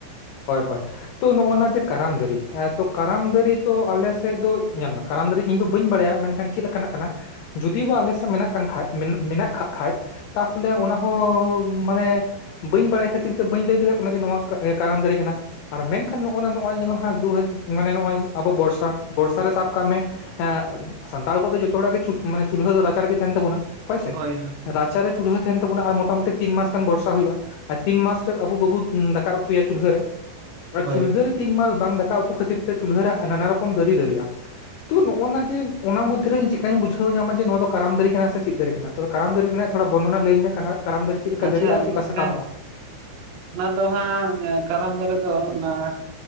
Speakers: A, on the left; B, on the right.
A: ᱦᱳᱭ ᱦᱳᱭ ᱛᱚ ᱱᱚᱸᱜᱼᱱᱟ ᱡᱮ ᱠᱟᱨᱟᱢ ᱫᱟᱨᱤ ᱦᱮᱸᱛᱚ ᱠᱟᱨᱟᱢ ᱫᱟᱨᱤ ᱛᱚ ᱟᱞᱮ ᱥᱮᱫ ᱫᱚ ᱧᱮᱞ ᱢᱮ ᱠᱟᱨᱚᱢ ᱫᱟᱨᱮ ᱤᱧᱫᱚ ᱵᱟᱹᱧ ᱵᱟᱲᱟᱭᱟ ᱢᱮᱱᱠᱷᱟᱱ ᱪᱮᱫ ᱞᱮᱠᱟᱱᱟᱜ ᱠᱟᱱᱟ, ᱡᱩᱫᱤ ᱵᱟ ᱟᱞᱮ ᱥᱮᱫ ᱢᱮᱱᱟᱜ ᱠᱟᱱ ᱠᱷᱟᱡ ᱢᱮᱱᱟᱜ, ᱢᱮᱱᱟᱜ ᱠᱷᱟ ᱠᱷᱟᱡ, ᱛᱟᱦᱚᱞᱮ ᱚᱱᱟ ᱦᱚᱸ ᱢᱟᱱᱮ ᱵᱟᱹᱧ ᱵᱟᱲᱟᱭ ᱠᱷᱟᱹᱛᱤᱨ ᱛᱮ ᱵᱟᱹᱧ ᱞᱟᱹᱭ ᱫᱟᱲᱮᱭᱟᱜ ᱠᱟᱱᱟ ᱡᱮ ᱱᱚᱣᱟ ᱠᱟᱨᱟᱢ ᱫᱟᱨᱮ ᱠᱟᱱᱟ᱾ ᱟᱨ ᱢᱮᱱᱠᱷᱟᱱ ᱱᱚᱜᱼᱱᱟ ᱱᱚᱸᱜᱼᱚᱭ ᱧᱮᱞᱟᱢ ᱦᱟᱸᱜ ᱫᱩ ᱢᱟᱱᱮ ᱱᱚᱸᱜᱼᱚᱭ ᱟᱵᱚ ᱵᱚᱨᱥᱟ ᱵᱚᱨᱥᱟ ᱥᱟᱵ ᱠᱟᱜ ᱢᱮ ᱮᱸᱜ ᱥᱟᱱᱛᱟᱲ ᱠᱚᱫᱚ ᱡᱷᱚᱛᱚ ᱦᱚᱲᱟᱜ ᱜᱮ ᱢᱟᱱᱮ ᱪᱩᱞᱦᱟᱹ ᱫᱚ ᱨᱟᱪᱟ ᱨᱮᱜᱮ ᱛᱟᱦᱮᱸᱱ ᱛᱟᱵᱚᱱᱟ ᱦᱳᱭᱥᱮ
B: ᱦᱳᱭ ᱦᱳᱭ ᱦᱳᱭ
A: ᱨᱟ ᱪᱟᱨᱮ ᱪᱩᱞᱦᱟᱹ ᱛᱟᱸᱦᱮᱱ ᱛᱟᱵᱚᱱᱟ ᱟᱨ ᱢᱚᱴᱟᱢᱩᱴᱤ ᱛᱤᱱ ᱢᱟᱥ ᱜᱟᱱ ᱵᱨᱚᱥᱟ ᱦᱩᱭᱩᱜᱼᱟ, ᱟ ᱛᱤᱱᱢᱟᱥ ᱟᱵᱩ ᱵᱟᱵᱚ ᱫᱟᱠᱟ ᱩ ᱛᱩᱭᱟ ᱪᱩᱞᱦᱟᱹ ᱨᱮ ᱟᱨ
B: ᱦᱳᱭ
A: ᱪᱩᱞᱦᱟᱹ ᱨᱮ ᱛᱤᱱ ᱢᱟᱥ ᱵᱟᱝ ᱫᱟᱠᱟ ᱩᱛᱩ ᱠᱷᱟᱹᱛᱤᱨ ᱛᱮ ᱪᱩᱞᱦᱟᱹ ᱨᱮ ᱱᱟᱱᱟ ᱨᱚᱠᱚᱢ ᱫᱟᱨᱤ ᱫᱟᱨᱤᱜᱼᱟ᱾ ᱛᱚ ᱱᱚᱜᱼᱱᱟ ᱡᱮ ᱚᱱᱟ ᱢᱚᱫᱽᱫᱷᱨᱮ ᱤᱧ ᱪᱮᱟᱹᱧ ᱵᱩᱡᱟᱹᱣ ᱧᱟᱢᱟ ᱡᱮ ᱱᱚᱣᱟ ᱫᱚ ᱠᱟᱨᱟᱢ ᱫᱟᱨᱮ ᱠᱟᱱᱟ ᱥᱮ ᱪᱮᱫ ᱫᱟᱨᱮ ᱠᱟᱱᱟ? ᱛᱚᱵᱮ ᱠᱟᱨᱟᱢ ᱫᱟᱨᱮ ᱨᱮᱱᱟᱜ ᱛᱷᱚᱲᱟ ᱵᱚᱨᱱᱚᱱᱟ ᱞᱟᱹᱭᱟᱹ ᱢᱮ ᱠᱟᱱᱟ ᱠᱟᱨᱟᱢ ᱫᱟᱨᱮ ᱪᱮᱫ ᱞᱮᱠᱟ
B: ᱟᱪᱪᱷᱟ
A: ᱫᱟᱨᱮᱜᱼᱟ ᱪᱮᱫ
B: ᱜᱚᱝᱠᱮ
A: ᱞᱮᱠᱟ ᱥᱟᱠᱟᱢᱚᱜᱼᱟ?
B: ᱚᱱᱟ ᱫᱚ ᱦᱟᱸᱜ ᱠᱟᱨᱟᱢ ᱫᱟᱨᱮ ᱫᱚ ᱚᱱᱟ